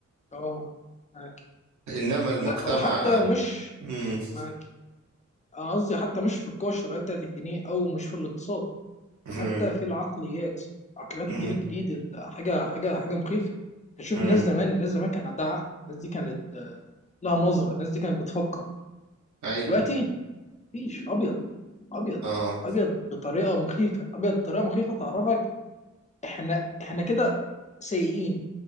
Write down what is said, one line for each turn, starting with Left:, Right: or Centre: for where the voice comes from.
Left: اه معاك
Right: انما المجتمع
Left: لا وحتى مش
Right: مم.
Left: معاك انا قصدي حتى مش في القوى الشرائيه بتاعت الجنيه او مش في الاقتصاد حتى
Right: مم.
Left: في العقليات عقليات
Right: مم.
Left: الجيل الجديد انت حاجه حاجه حاجه مخيفه تشوف
Right: مم.
Left: الناس زمان الناس زمان كان عندها عقل الناس دي كانت لها نظره الناس دي كانت بتفكر
Right: ايوه
Left: دلوقتي مفيش ابيض ابيض
Right: اه
Left: ابيض بطريقه مخيفه ابيض بطريقه مخيفه تعرفك احنا احنا كده سيئين